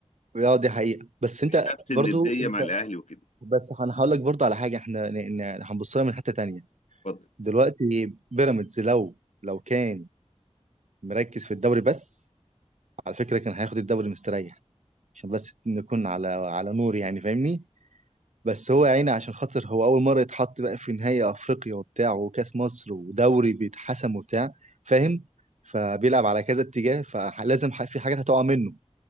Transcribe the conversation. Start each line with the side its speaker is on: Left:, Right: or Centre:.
Right: اه دي حقيقة بس انت
Left: مش نفس
Right: برضو
Left: النديه
Right: انت
Left: مع الاهلي وكده
Right: بس انا هقول لك برضو على حاجة احنا ن- ن- هنبص لها من حتة تانية
Left: اتفضل
Right: دلوقتي بيراميدز لو لو كان مركز في الدوري بس على فكرة كان هياخد الدوري مستريح عشان بس نكون على على نور يعني فاهمني بس هو يا عيني عشان خاطر هو اول مره يتحط بقى في نهائي افريقيا وبتاع وكاس مصر ودوري بيتحسم وبتاع فاهم فبيلعب على كذا اتجاه فلازم ح- في حاجات هتقع منه